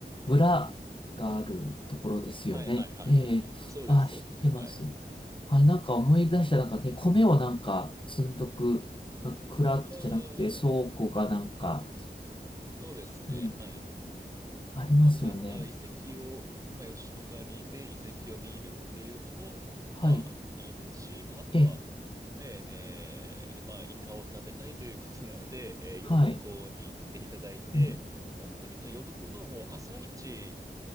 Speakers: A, on the left; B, on the right.
A: 村があるところですよね。
B: はい、はい、はい、
A: ええああ、
B: はい、はい。そうです、そうです。
A: 知ってます。
B: はい。
A: あ、なんか思い出した、なんかね、米をなんか積んどく、なんか蔵じゃなくて倉庫がなんか、
B: うんうんうん。そうですね。
A: うん、
B: はい。
A: ありますよね。
B: まあそういった遺跡を、まあ吉野ヶ里で遺跡を見るっていうのも、
A: はい。
B: まあいいですし、まああとは、
A: え、
B: ね、えーまあイカを食べたいということなので、えー呼子に行っていただいて、
A: はい。うん、
B: もう本当にその呼子のもう朝一